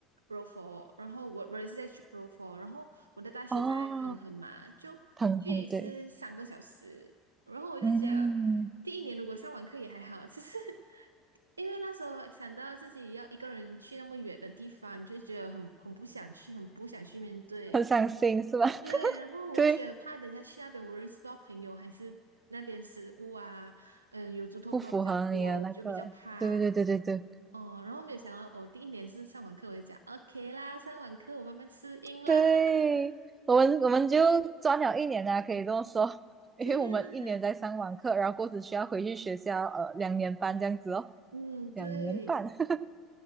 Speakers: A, on the right (about 85°); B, on the right (about 25°).
A: r o 柔佛，然后我我也是在去柔佛，然后我的大学在彭亨嘛，
B: 哦，
A: 就距离是三个小时。
B: 很很对，
A: 然后我就觉得
B: 嗯，
A: 第一年如果上网课也还好，就是 <laughs> 因为那时候想到自己要一个人去那么远的地方，就觉得很很不想去，很不想去面对。
B: 很伤心是吧？
A: 对，然后我就觉得怕，
B: <laughs> 对，
A: 等一下去那边我认识不到朋友，还是那边食物啊，嗯，有猪头包比较多，
B: 不符合你的那个，
A: 我就比较怕。
B: 对对对对对。
A: 哦，然后没有想到，我第一年是上完课，我就讲 OK 啦，上完课我慢慢适应啦。
B: <laughs> 对，
A: <laughs>
B: 我们我们就赚了一年啊，可以这么说，<laughs> 因为我们一年在上网课，
A: 对呀，
B: 然后过后只需要回去学校，呃，两年半这样子哦，
A: 嗯，
B: 两年半，
A: 对，
B: <laughs>